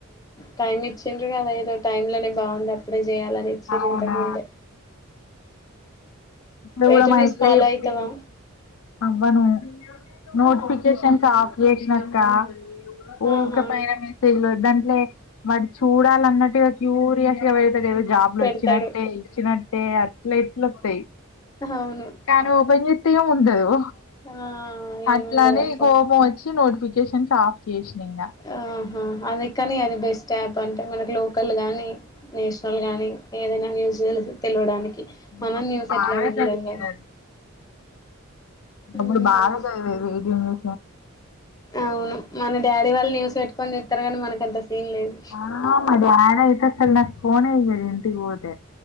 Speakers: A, on the left; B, on the left.
A: టైం ఇచ్చిండ్రగద ఏదో టైమ్ లోనే బాగుంది అప్పుడే చేయాలనీ ఇచ్చిరు
B: అవునా
A: ఇంతకముందే
B: ఇప్పుడు
A: వేటూన్యూస్
B: కూడా మైక్
A: ఫాలో
B: లో చెప్పిళ్ళు
A: ఐతావా
B: అవ్వను నోటిఫికేషన్స్ ఆఫ్ చేసినక్క ఊకే
A: ఆహా
B: పైన మెసేజ్లు దాని మరి చూడాలన్నట్టు క్యూరియస్ గా పెడతది ఏదో జాబ్లు
A: పెడతాడు
B: వచ్చినట్టే ఇచ్చినట్ టే అట్లైట్లవతే
A: అవును
B: కానీ ఓపెన్ చేతే ఎం ఉండదు
A: ఆ
B: అట్లానే
A: ఏముండదు అట్లే
B: కోపం వచ్చి నోటిఫికేషన్ ఆఫ్ చేసిన ఇంగ
A: ఆహా అది కాని అది బెస్ట్ యాప్ అంటే మనకు లో కల్ గానీ నేషనల గానీ ఏదైనా న్యూస్ తెలుస్ తెలవడానికి మనం
B: ఒకప్పుడు
A: న్యూస్
B: బాగా
A: ఎట్లాగో
B: చదివది
A: చూడం కదా
B: అది ఒకప్పుడో
A: ఉమ్
B: బాగా చదివేది ఎయిటిన్ న్యూ
A: అవును మన డాడీ వాళ్ళు న్యూస్ పెట్టుకొని జుతారు గానీ మనకు అంత సీన్ లేదు
B: ఆ మా డాడీ అయితే అసల్ ఫోనే ఈయడు ఇంటికిపోతే